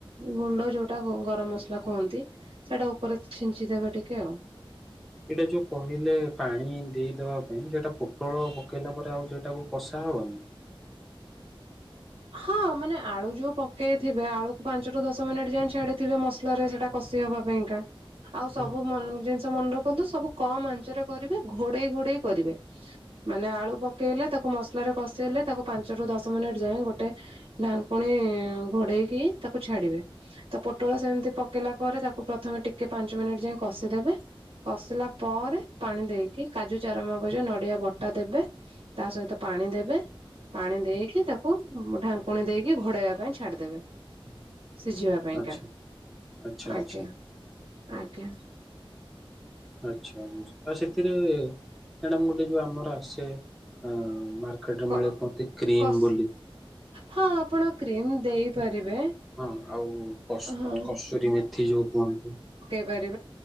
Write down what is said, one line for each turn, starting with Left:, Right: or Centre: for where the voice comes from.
Right: ଗୁଣ୍ଡ ଯୋଉଟା ଗ-ଗରମ ମସ୍ ଲା କୁହନ୍ତି ସେଟା ଉପରେ ଛିଞ୍ଚିଦେବେ ଟିକେ ଆଉ।
Centre: ଏଇଟା ଯୋଉ କହିଲେ ପାଣି ଦେଇଦବା ପାଇଁ ସେଟା ପୋଟଳ ପକେଇଲା ପରେ ଆଉ ସେଟାକୁ କଷା କସା ହବ
Right: ହଁ ମାନେ ଆଳୁ ଯୋଉ ପକେଇଥିବେ ଆଳୁକୁ ପାଞ୍ଚରୁ ଦଶ ମିନିଟ ଯ ଛାଡିଥିବେ ମସଲା ା କଷ ହବା ପାଇଁକା ଆଉ ସବୁ
Centre: ହୁଁ
Right: ମ ମନେ ରଖନ୍ତୁ ସବୁ କମ ଆଞ୍ଚରେ କରିବେ ଘୋଡେଇ ଘୋଡେଇ କରିବେ ମାନେ ଆଳୁ ପକେଇଲେ ତାକୁ ମସଲାରେ କଷେଇଲେ ତାକୁ ପାଞ୍ଚରୁ ଦଶ ମିନିଟ ଯାଏ ଗୋଟେ ଢାଙ୍କୁଣୀ ଘୋଡେଇକି ତାକୁ ଛାଡିବେ ତା ପୋଟଳ ସେମିତି ପକେଇ ଲା ପରେ ତାକୁ ପ୍ରଥମେ ଟିକେ ପାଞ୍ଚ ମିନିଟ୍ ଯାଇ କଷିଦେବେ କଷିଲା ପରେ ପାଣି ଦେଇକି କାଜୁ ଚାର ମାଗଜ ନଡିଆ ବଟା ଦେବେ ତା ସହିତ ପାଣି ପାଣି ଦେବେ ପାଣି ଦେଇକି ତାକୁ ଢାଙ୍କୁଣୀ ଦେଇକି ଘୋଡେଇବା ପାଇଁ ଛାଡିଦବେ ସିଝିବା ପାଇଁକା
Centre: ଆଚ୍ଛା ଆଚ୍ଛା
Right: ଆଜ୍ଞା
Centre: ଆଚ୍ଛା।
Right: ଆଜ୍ଞା
Centre: ଆଚଛା ବ ଆଉ ସେଥିରେ ମଡ ଗୋଟେ ଯୋଉ ଆମର ଆସେ ହ ମାର୍କେଟରେ
Right: କ
Centre: ମିଳ ମତେ କ୍ରିମ
Right: କସ୍
Centre: ବୋଲି
Right: ହଁ ଆପଣ କ୍ରିମ ଦେଇପାରିବେ
Centre: ହଁ ଆଉ
Right: ହଁ।
Centre: କଷୁରୀ ମେଥି ଯୋଉ ଦୁହନ୍ତ
Right: ାରେ